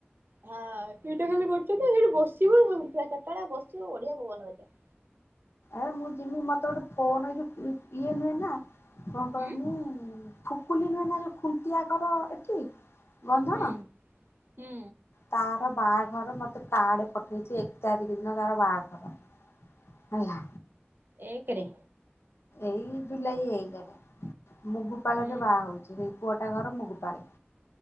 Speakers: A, on the right (about 55°); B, on the left (about 80°).
A: ହଁ ସେଇଟା ଖାଲି କରଛନ୍ତି ସେଠି ବସିବୁ ପୁରା ଚାରିଟା ବେଳିଆ ବସିବୁ ବଢିଆ ପବନ ବାଜିବ।
B: ଆରେ ମୁଁ ଯିମି ମତେ ଗୋଟେ ଫୋନ ଇ ଯୋଉ ଇଏ ନୁହେଁ ନା କଁ କହନି।
A: ଉଁ
B: ଖୁକୁଲି ନୁହେ ନା ଯୋଉ ଖୁଣ୍ଟିଆ କର ଏଠି। ଗନ୍ଧଣ
A: ହୁଁ ହୁଁ।
B: ତାର ବାଆଘର ମତେ କାଡେ ପଠେଇଛି ଏକ୍ ତାରିକ୍ ଦିନ ତାର ବାଆଘର। ହେଲା।
A: ଏକେରେ।
B: ଏଇ ଜୁଲାଇ ଏକେରେ ମୁଗୁପାଳ
A: ହୁଁ
B: ରେ ବାଆ ହଉଛି ସେଇ ପୁଅଟା ଘର ମୁଗୁପାଳେ।